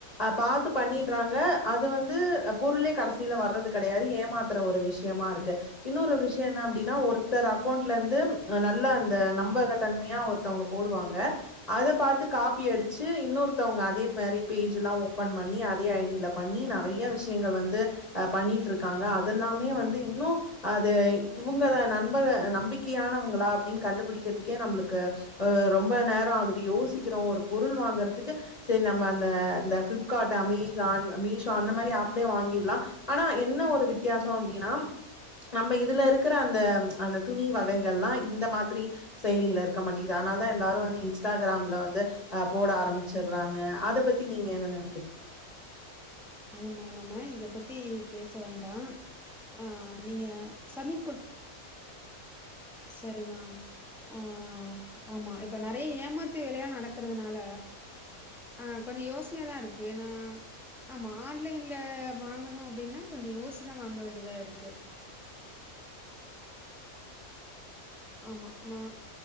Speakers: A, on the left; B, in the centre.
A: அ பாத்து பண்ணி ட்றாங்க அது வந்து பொருளே கடசில வர்றது கடயாது ஏமாத்துற ஒரு விஷ்யமாருக்கு இன்னோர் ஒரு விஷ்யோ என்ன அப்டினா ஒருத்தர் அக்கோண்ட்லந்து நல்ல அந்த நம்பகத்தன்மயா ஒர் தவ்ங்க போடுவாங்க அத பாத்து காப்பி அடிச்சு இன்னோர்த்தவ்ங்க அதே மாரி பேஜில்லா ஓபன் பண்ணி அத் தே ஐடில பண்ணி நறைய விஷ்யங்கள் வந்து அ பண்ணிட்ருக்காங்க அதல்லாமே வந்து இன்னூ அது இவுங்கதா நண்ம்பக நம்பிக்கையானவங்களா அப்டின் கண்டுபுடிக்கர்துக்கே நம்ளுக்கு அ ரொம்ப நேரோ ஆகுது யோசிக்கறோ ஒரு பொருள் வாங்கர்துக்கு சேர் நம்ப அந்த அந்த ஃபிளிப்கார்ட்டு அமேஸ் சான் மீஷோ அந்த மாரி அப்லே வாங்கிர்லா ஆனா என்ன ஒரு வித்யாசோ அப்டினா நம்ப இதுல இருக்குற அந்த அந்த துணி வகைகள்லா இந்த மாதுரி செயலில இருக்க மாட்டிங்குது அதனால தா எல்லாரு வந்து இன்ஸ்டாகிராம்ல வந்து அ போட ஆரம்பிச்சர்றாங்க அத பத்தி நீங்க என்ன நெனைக்கிறிங்க
B: ஆமாமா நம்ம இத பத்தி பேச வேண்டா ஆ நீங்க சப்மிட் குட்த் செரி மேம் ஆ ஆமா இப்ப நெறய ஏமாத்து வேலையா நடக்குறதுனால ஆ கொஞ்சோ யோஸ்னயாதா இருக்கு எனா ஆமா ஆன்லைன்ல வாங்கணு அப்டினா கொஞ்சோ யோஸ்சிதா வாங்க வேண்டியதா இருக்கு ஆமா நா